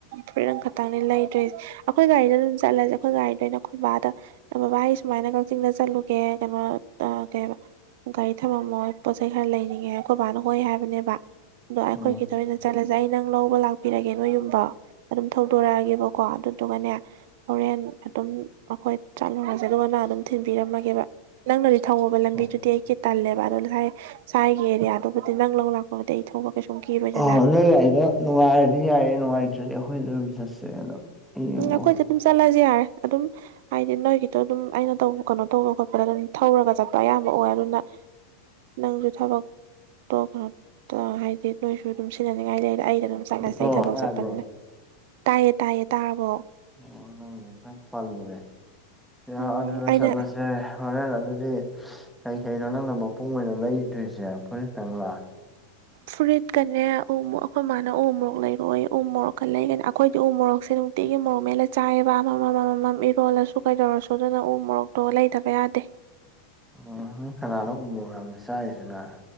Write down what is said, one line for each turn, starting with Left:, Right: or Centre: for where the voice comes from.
Right: ꯐꯨꯔꯤꯠ ꯑꯝꯈꯛꯇꯪꯅꯦ ꯂꯩꯗꯣꯏꯁꯦ ꯑꯩꯈꯣꯏ ꯒꯥꯔꯤꯗ ꯑꯗꯨꯝ ꯆꯠꯂꯁꯦ ꯑꯩꯈꯣꯏ ꯒꯥꯔꯤꯗꯅ ꯑꯩꯈꯣꯏ ꯕꯥꯗ ꯕꯥꯕꯥ ꯑꯩ ꯁꯨꯃꯥꯏꯅ ꯀꯛꯆꯤꯡꯗ ꯆꯠꯂꯨꯒꯦ ꯀꯩꯅꯣ ꯑꯥ ꯀꯩ ꯑꯕꯥ ꯒꯥꯔꯤ ꯊꯝꯃꯝꯃꯣ ꯑꯩ ꯄꯣꯠ ꯆꯩꯩ ꯈꯔ ꯂꯩꯅꯤꯡꯉꯦ ꯑꯩꯈꯣꯏ ꯕꯥꯅ ꯍꯣꯏ ꯍꯥꯏꯕꯅꯦꯕ ꯑꯗ ꯑꯩꯈꯣꯏꯒꯤꯗ
Centre: ꯎꯝ
Right: ꯑꯣꯏꯅ ꯆꯠꯂꯁꯦ ꯑꯩ ꯅꯪ ꯂꯧꯕ ꯂꯥꯛꯄꯤꯔꯒꯦ ꯅꯣꯏ ꯌꯨꯝꯕꯥꯎ ꯑꯗꯨꯝ ꯊꯧꯗꯣꯔꯛꯑꯒꯦꯕꯀꯣ ꯑꯗꯨꯗꯨꯒꯅꯦ ꯍꯣꯔꯦꯟ ꯑꯗꯨꯝ ꯑꯥꯈꯣꯏ ꯆꯠꯂꯨꯔꯁꯦ ꯑꯗꯨꯒ ꯅꯪ ꯑꯗꯨꯝ ꯊꯤꯟꯕꯤꯔꯝꯃꯒꯦꯕ ꯅꯪꯅꯗꯤ ꯊꯧꯑꯣꯕ ꯂꯝꯕꯤꯗꯨꯗꯤ
Centre: ꯍꯣꯏ
Right: ꯑꯩꯗꯤ ꯇꯜꯂꯦꯕ ꯑꯗꯣ ꯁꯥꯏ ꯁꯥꯏꯒꯤ ꯑꯦꯔꯤꯌꯥꯗꯨꯕꯨꯗꯤ ꯅꯪ ꯂꯧ ꯂꯥꯛꯄꯕꯨꯗꯤ ꯑꯩ ꯊꯧꯕꯥ ꯀꯩꯁꯨꯝ ꯀꯤꯔꯣꯏꯗꯅ
Centre: ꯑꯣ ꯅꯣꯏ ꯒꯥꯔꯤꯗꯣ ꯅꯨꯡꯉꯥꯏꯔꯗꯤ ꯌꯥꯏꯌꯦ ꯅꯨꯡꯉꯥꯏꯇ꯭ꯔꯗꯤ ꯑꯩꯈꯣꯏꯗ ꯑꯗꯨꯝ ꯆꯠꯁꯦ ꯑꯗꯣ ꯌꯦꯡꯉꯣ
Right: ꯎꯝ ꯑꯩꯈꯣꯏꯗ ꯑꯗꯨꯝ ꯆꯠꯂꯁꯦ ꯌꯥꯔꯦ ꯑꯗꯨꯝ ꯍꯥꯏꯗꯤ ꯅꯣꯏꯒꯤꯗꯣ ꯑꯗꯨꯝ ꯑꯩꯅ ꯇꯧꯕ ꯀꯩꯅꯣ ꯇꯧꯕ ꯈꯣꯠꯄꯗ ꯑꯗꯨꯝ ꯊꯧꯔꯒ ꯆꯠꯄ ꯑꯌꯥꯝꯕ ꯑꯣꯏ ꯑꯗꯨꯅ ꯅꯪꯁꯨ ꯊꯕꯛꯇꯣ ꯑꯥ ꯑꯥ ꯍꯥꯏꯗꯤ ꯅꯣꯏꯁꯨ ꯑꯗꯨꯝ ꯁꯤꯟꯖꯤꯟꯅꯅꯤꯡꯉꯥꯏ ꯂꯩꯗ ꯑꯩꯗ ꯑꯗꯨꯝ ꯆꯠꯂꯁꯦ
Centre: ꯅꯠꯇ꯭ꯔꯣ
Right: ꯑꯩꯒꯤ ꯊꯕꯛ
Centre: ꯇꯥꯕ꯭ꯔꯣ
Right: ꯆꯠꯄꯅꯤꯅꯥ ꯇꯥꯏꯌꯦ ꯇꯥꯏꯌꯦ ꯇꯥꯔꯕꯣ
Centre: ꯎꯝ ꯉꯛꯇꯪ ꯄꯜꯂꯨꯔꯦ ꯌꯥꯏ
Right: ꯎꯝ
Centre: ꯑꯗꯨꯗ
Right: ꯑꯩꯅ
Centre: ꯆꯠꯂꯁꯦ ꯁꯦ ꯍꯣꯔꯦꯟ ꯑꯗꯨꯗꯤ ꯀꯩꯀꯩꯅꯣ ꯅꯪꯅ ꯃꯄꯨꯡ ꯑꯣꯏꯅ ꯂꯩꯗꯣꯏꯁꯦ ꯐꯨꯔꯤꯠ ꯇꯪꯂꯥ
Right: ꯐꯨꯔꯤꯠꯀꯅꯦ ꯎꯃꯣ ꯑꯩꯈꯣꯏ ꯃꯥꯅ ꯎꯃꯣꯔꯣꯛ ꯂꯩꯔꯛ ꯑꯣꯌꯦ ꯎꯃꯣꯔꯣꯛꯀ ꯂꯩꯒꯅꯤ ꯑꯩꯈꯣꯏꯗꯤ ꯎꯃꯣꯔꯣꯛꯁꯦ ꯅꯨꯡꯇꯤꯒꯤ ꯃꯣꯔꯣꯛ ꯃꯦꯠꯂ ꯆꯥꯏꯌꯦꯕ ꯑꯃꯃꯝ ꯃꯝ ꯃꯝ ꯃꯝ ꯏꯔꯣꯜꯂꯁꯨ ꯀꯩꯗꯧꯔꯁꯨ ꯑꯗꯨꯅ ꯎꯃꯣꯔꯣꯛꯇꯣ ꯂꯩꯇꯕ ꯌꯥꯗꯦ
Centre: ꯎ ꯅꯪ ꯀꯅꯥꯅꯣ ꯎꯕ ꯌꯥꯝꯅ ꯆꯥꯏꯔꯤꯁꯤꯅ